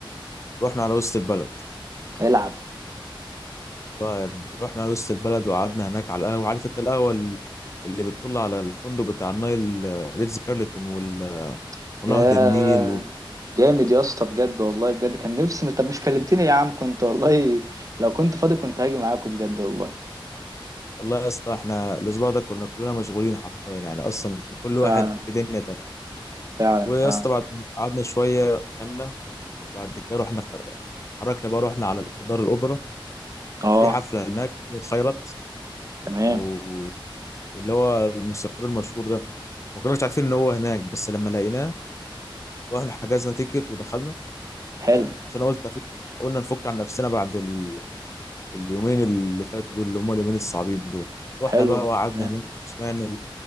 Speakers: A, on the left; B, on the right.
A: رحنا على وسط البلد
B: العب
A: الله يا ابني رحنا على وسط البلد وقعدنا هناك على القهوه عارف انت القهوه ال- اللي بتطل على الفندق بتاع النايل آه، ريتز كارلتون وال-
B: <laughs>
A: ونهر
B: يا
A: النيل
B: جامد يا اسطى بجد والله بجد كان نفسي طب مش كلمتني يا عم كنت والله لو كنت فاضي كنت هاجي معاكم بجد والله
A: والله يا اسطى احنا الاسبوع ده كنا كلنا مشغولين حرفيا يعني اصلا كان كل
B: فعلا
A: واحد في دنيا تانية
B: فعلا
A: ويا
B: فعلا
A: اسطى بعد ما قعدنا شويه غنى وبعد كده رحنا خ- اتحركنا بقى رحنا على دار الاوبرا
B: اه
A: كانت في حفله هناك خيرت
B: تمام
A: او اللي هو الموسيقار المشهور ده ما كناش عارفين ان هو هناك بس لما لقيناه رحنا حجزنا تيكت ودخلنا
B: حلو
A: فاهم عشان قلت أفك... قلنا نفك عن نفسنا بعد ال... اليومين اللي فاتوا دول اللي هم اليومين الصعبين دول رحنا
B: حلو
A: بقى وقعدنا
B: تمام
A: هناك سمعنا